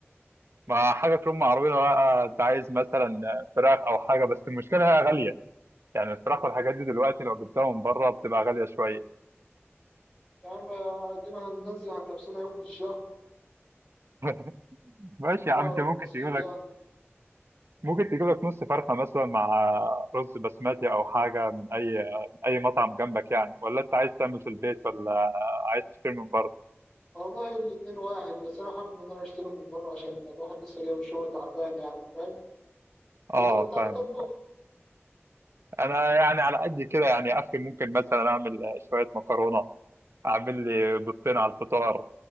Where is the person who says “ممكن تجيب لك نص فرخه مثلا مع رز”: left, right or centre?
Right